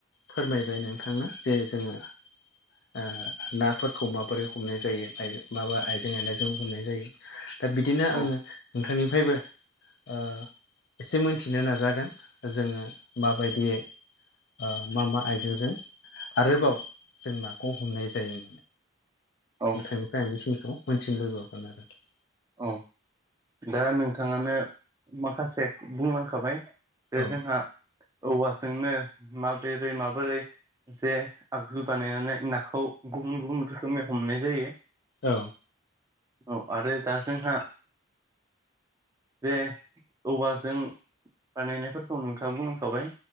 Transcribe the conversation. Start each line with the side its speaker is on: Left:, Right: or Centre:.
Left: फोरमायबाय नोंथांनो जे जोंङो ओ नाफोरखौ माबोरै हमनाय जायो माबा आइजें आइला जों जोंबो हमनाय जायो दा बिदिनो
Right: औ
Left: आंङो नोंथांनिफ्रायबो ओ एसे मोनथिनो नाजागोन जोंङो माबादियै ओ मा मा आइजेंजों आरोबाव जों नाखौ हमनाय जायो
Right: औ
Left: नोंथांनिफाय आं बेखिनिखौ मोन्थिनो लुबैबावगोन आरो खि
Right: औ दा नोंथांआनो माखासे बुंलांखाबाय बे
Left: औ
Right: जोंहा औवाजोंनो माबिरै माबोरै जे आगजु बानायनानै नाखौ गुबुन गुबुन रोखोमनि हमनाय जायो
Left: औ
Right: औ आरो दा जोंहा जे औवाजों बानायनायफोरखौ नोंथांआ बुंलांखाबाय